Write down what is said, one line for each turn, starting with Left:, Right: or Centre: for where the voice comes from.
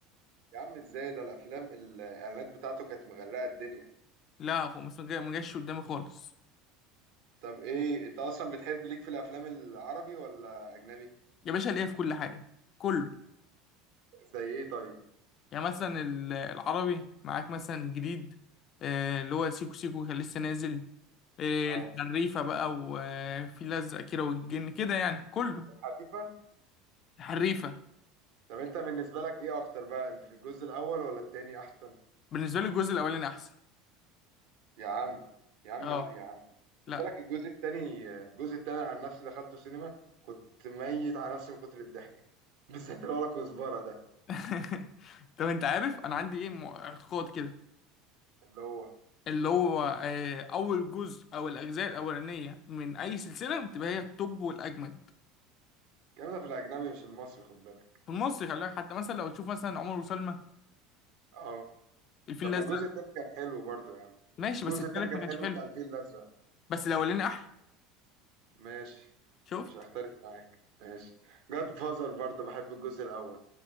Right: يا عم ازاي ده الافلام الاعلانات بتاعته كانت مغرقة الدنيا
Left: لا هو ما سمع- ما جاش قدامي خالص
Right: طب ايه انت اصلا بتحب ليك في الافلام العربي ولا اجنبي
Left: يا باشا ليه في كل حاجه كله
Right: زي ايه طيب
Left: يعني مثلا ال- العربي معاك مثلا جديد آه، اللي هو سيكو سيكو كان لسه نازل آه،
Right: اه
Left: الحريفه بقى وفي لزق كده والجن كده يعني كله
Right: الحريفة
Left: الحريفه
Right: طب انت بالنسبة لك ايه اكتر بقى الجزء الاول ولا التاني احسن
Left: بالنسبه لي الجزء الاولاني احسن
Right: يا عم يا عم
Left: اه
Right: لا يا عم
Left: لا
Right: خد بالك الجزء التاني الجزء التاني عن نفسي دخلته سينما كنت ميت على نفسي من كتر الضحك <laughs> بالذات اللي ورا كزبرة ده
Left: <laughs> طب انت عارف انا عندي ايه مع- اعتقاد كده
Right: اللي هو
Left: اللي هو آه، اول جزء او الاجزاء الاولانيه من اي سلسله بتبقى هي التوب والاجمد
Right: الكلام ده في الأجنبي مش المصري خد بالك
Left: في مصر خلي بالك حتى مثلا لو تشوف مثلا عمر وسلمى
Right: اه
Left: الفيل
Right: طب
Left: الازرق
Right: ما الجزء التاني كان حلو برضو يا عم
Left: ماشي
Right: الجزء
Left: بس التالت
Right: التاني كان
Left: ما كانش
Right: حلو
Left: حلو
Right: بتاع الفيل الأزرق
Left: بس الاولاني احلى
Right: ماشي
Left: شفت
Right: مش هختلف معاك ماشي جاد فازر برضو بحب الجزء الأول